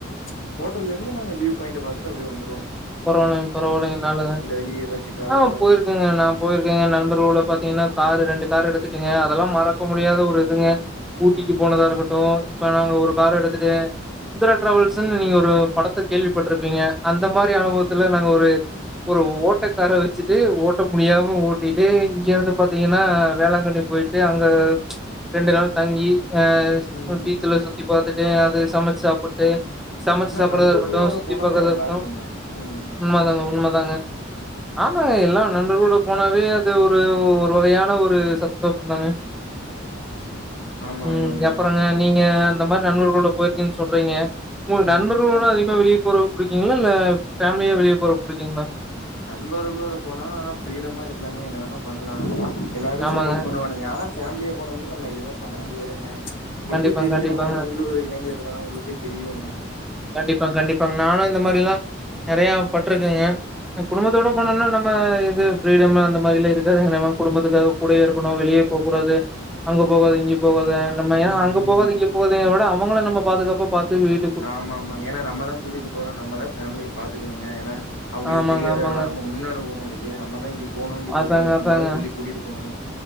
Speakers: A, on the left (about 65°); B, in the centre.
A: ச்சு ஹோட்டல இருந்து நாங்க வியூ பாய்ண்ட் பாத்துட்டு அப்படியே வந்துரு
B: பரவாயில்லைங்க பரவாயில்லைங்க நல்லது
A: வெளிய ஏதாச்சு டிராவல்லா
B: ஆமா போயிருக்கேங்க நான் போயிருக்கேங்க நண்பர்களோட பாத்தீங்கன்னா காரு ரெண்டு காரு எடுத்துட்டுங்க அதெல்லாம் மறக்க முடியாத ஒரு இதுங்க ஊட்டிக்கு போனதா இருக்கட்டும்
A: ம்
B: இப்ப நாங்க ஒரு கார் எடுத்துட்டு சுந்தரா டிராவல்ஸ்ன்னு நீங்க ஒரு படத்தை கேள்விப்பட்டிருப்பீங்க அந்த மா மாரி அனுபவத்துல நாங்க ஒரு ஒரு ஓட்டக்கார வச்சுட்டு ஓட்ட முடியாம ஓட்டிட்டு இங்க இருந்து பாத்தீங்கன்னா வேளாங்கண்ணி போயிட்டு அங்க ரெண்டு நாள் தங்கி ஆ
A: ம்
B: பீச்சுல சுத்தி பாத்துட்டு அது சமைச்சு சாப்புட்டு சமைச்சு
A: ஆனா
B: சாப்பிடறதாக
A: நண்பர்களோட
B: இருக்கட்டும் சுத்தி
A: போனாலே
B: பாக்றதாக
A: நல்லா
B: இருக்கட்டும்
A: இருக்குங்க ம்
B: உண்மை தாங்க உண்மை தாங்க ஆமாங்க எல்லாம் நண்டர் கூட போனாவே அது ஒரு ஒரு வகையான ஒரு சந்தோஷம் தாங்க
A: ஆமா
B: உம்
A: ஆமாங்க
B: அப்புறங்க நீங்க இந்த மாரி நண்பர்களோட போயிருக்கன்னு சொல்றீங்க உங்க
A: ம்
B: நண்பர்களோட அதிகமா வெளிய போறது புடிக்குங்களா இல்ல ஃபேமிலியா வெளிய போறது புடிக்குங்களா
A: நண்பர்களோட போனா ஃபிரீடமா இருக்கலாங்க என்ன வேணா பண்ணலாம் எல்லாரும்
B: ஆமாங்க.
A: சப்போர்ட் பண்ணுவானுங்க ஆனா ஃபேமிலிய போனோம்னா நம்ம எதுவுமே பண்ண முடியாதுங்க உங்களுக்கே
B: கண்டிப்பாங்க,
A: தெரியும்
B: கண்டிப்பாங்க.
A: நீங்களும் ஒரு இளைஞர் தா உங்களுக்கே தெரியும்
B: கண்டிப்பாங்க கண்டிப்பாங்க நானும் இந்த மாதிரி எல்லாம் நெறைய பட் க்கேங்க குடும்பத்தோட
A: ம்
B: போனோம்னா நம்ம அங்க ஃப்ரீடம்லாம் அந்த மாதிரிலாம் இருக்காதுங்க நம்ம குடும்பத்துக்காக கூடயே இருக்கணும் வெளியே போகக்கூடாது அங்க போகாத இங்க போகாத நம்ம ஏ
A: ம்
B: அங்க போகத இங்க போகத விட அவங்கள நம்ம பாதுகாப்ப பாத்து வீட்டு
A: ஆமா ஆமாங்க ஏன்னா நம்மதான் கூட்டிட்டு போறோம் நம்மதான் ஃபேமிலிய பாத்துக்குகனுங்க ஏன்னா அவங்களுக்கு
B: ஆமாங்க,
A: தெரியாத
B: ஆமாங்க.
A: இடம் நம்ம முன் அனுபவம் இருக்கு நம்மதான் இங்க போணும் இங்க
B: அதாங்க,
A: போக கூடாது
B: அதாங்க.
A: நம்மதான் சொல்லி கூட்டிட்டு போணும்